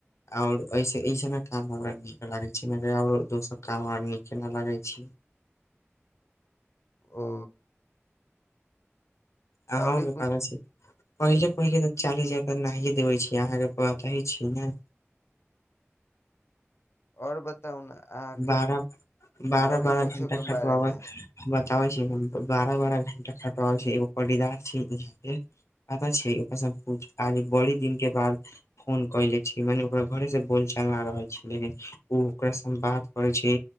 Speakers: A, on the left (about 85°); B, on the left (about 60°).
A: और इस ऐसब मे काम हमरा नीक लागे छै आर दोसर काम हमरा नीक के न लागे छै।
B: ओ।
A: अहाँ
B: औरे
A: उं के पता
B: कुछ
A: छै। पहिले पहिले त चालीस हजार तक नै देबे छियै अहाँके पता इ छै ने
B: और बताउ। ने अहाँके
A: बारह बारह
B: औरी
A: बारह
B: कुछो
A: घण्टा
B: के
A: खटबाब
B: बारे मे
A: बताबै छी बारह बारह घंटा खटबाबै छै एगो परीदार छै यहाँ के पता छै ओकर सब कुछ आयल बड़ी दिन के बाद फोन कले छी मने ओकरा घरे से बोल चालना रहै छी लेकिन ओ ओकरा सँ बात करै छी